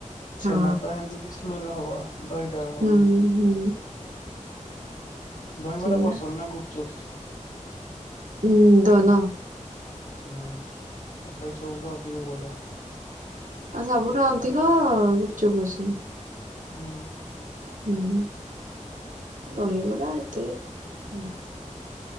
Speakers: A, on the right; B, on the left.
A: ହଁ
B: ଛେନା ତ ଏମତି ବି ସ୍ମେଲ ହବ ଦହିଟା ହବ
A: ହୁଁ
B: ବି।
A: ହୁଁ
B: ଦହିିବରା
A: ସେଇଆ
B: ପସନ୍ଦ ନା ଗୁପଚୁପ?
A: ହୁଁ ଦୋନୋ।
B: ହୁଁ ତଥାପି ସବୁଠୁ ଅଧିକ କୋଉଟା?
A: ଆ ସବୁଠୁ ଅଧିକ ଅ ଗୁପଚୁପ୍ ପସନ୍ଦ।
B: ହୁଁ।
A: ହୁଁ ଦହିିବରା ଏତେ ବି ନା